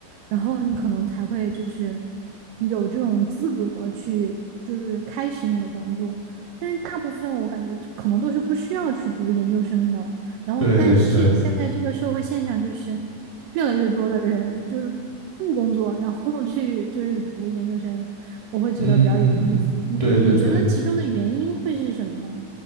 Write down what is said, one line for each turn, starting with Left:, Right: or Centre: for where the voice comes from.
Right: 然后你可能才会就是有这种资格去就是开始你的工作。但是大部分我感觉可能都是不需要去读研究生的。然后，
Left: 对对，
Right: 但是现在这个社会现象就是越来越多的人就是不工作，然后去就是读研究生，我会觉得比较有意思。
Left: 嗯，
Right: 你你觉得其中的原因会是什么呢？
Left: 对对对，